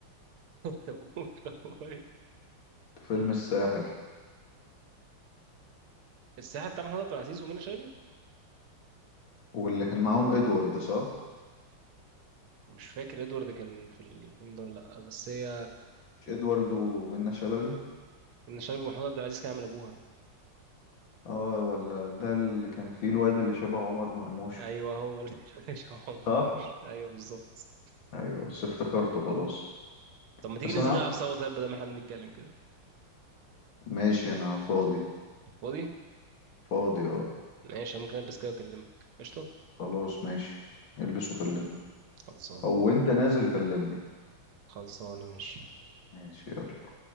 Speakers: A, on the right; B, on the left.
A: طب هو- طب هو ايه
B: فيلم الساحر
A: الساحر بتاع محمود عبد العزيز ومنى شلبي
B: واللي كان معاهم ادوارد صح
A: مش فاكر ادوارد كان في الفيلم ده ولا لا بس هي
B: مش ادوارد ومنة شلبي
A: منى شلبي ومحمود عبد العزيز كان عامل ابوها
B: اه ولا ده اللي كان فيه الواد اللي شبه عمر مرموش
A: ايوه هو اللي <laughs> هو مرموش
B: صح
A: ايوه بالظبط
B: ايوه بس افتكرته خلاص
A: طب ما تيجي
B: بس
A: ننزل
B: انا عم...
A: نلعب سوا طيب بدل ما احنا بنتكلم كده
B: ماشي انا فاضي
A: فاضي
B: فاضي اه
A: ماشي ممكن البس كده واكلمك قشطه
B: خلاص ماشي البس وكلمني
A: خلصان
B: او انت نازل كلمني
A: خلصانه ماشي
B: ماشي يلا